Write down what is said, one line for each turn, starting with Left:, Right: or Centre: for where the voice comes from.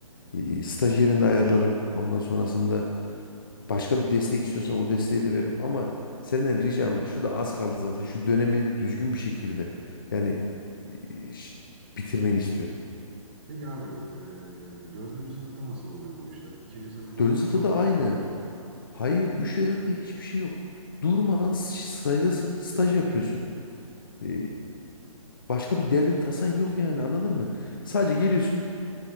Left: e, staj yerinde ayarlarım. Ondan sonrasında başka bir destek istiyorsan o desteği de veririm. Ama senden ricam bak şu da az kaldı zaten. Şu dönemi düzgün bir şekilde yani e, ş- bitirmeni istiyorum.
Right: Peki abi e, dördüncü sınıfta nasıl oluyor bu işler? İkinci sınıf kadar
Left: Dördüncü
Right: zor
Left: sınıfta
Right: mu?
Left: da aynı.
Right: Üç ve dört?
Left: Hayır 3 ve dörtte hiçbir şey yok. Durmadan s- stajdasın. Staj yapıyorsun. E, başka bir derdin tasan yok yani anladın mı? Sadece geliyorsun